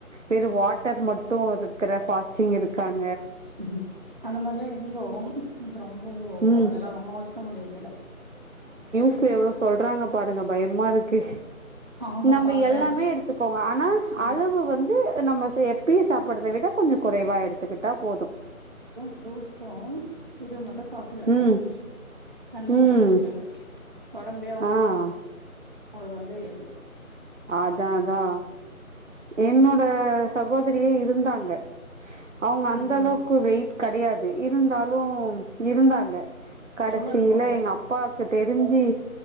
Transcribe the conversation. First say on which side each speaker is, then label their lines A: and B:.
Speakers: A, on the right (about 60°); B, on the right (about 35°).
A: வெற வாட்டர் மட்டும் இருக்குற. ஃபாஸ்ட்டிங் இருக்காங்க.
B: உம். அந்த மாதிரிலா இருந்தோ இப்ப ரொம்ப
A: ம்
B: அதெல்லா ரொம்ப வைக்க முடியரதுல்ல.
A: ஸ்ல எவ்வளோ சொல்றாங்க. பாருங்க பயமா இருக்கு.
B: ஆமா
A: நம்ம
B: பாத்தே
A: எல்லாமே எடுத்துக்கோங்க ஆனா
B: ம்
A: அளவு வந்து. நம்ம எப்பி சாப்பிறத விட கொஞ்சோ. குறைவா எடுத்துக்கிட்டா போது.
B: ஃப்ரூட்ஸும் இது மட்டும் சாப்புட்டுக்குறாங்க.
A: ம்
B: தண்ணி மட்டும்
A: ம்
B: குடிச்சிக்கிறாங்க உடம்பே.
A: ஆ
B: அங்களுக்கு வந்து இருக்கு.
A: அதா அதா என்னோட சகோதரியே இருந்தாங்க. அவங்க அந்த
B: ம்
A: அளவுக்கு
B: ம்
A: வெயிட். கெடையாது இருந்தாலும் இருந்தாங்க. கடைசியில
B: எவ்ளோ இருக்கு அங்க
A: எங்க அப்பாக்கு. தெரிஞ்சு.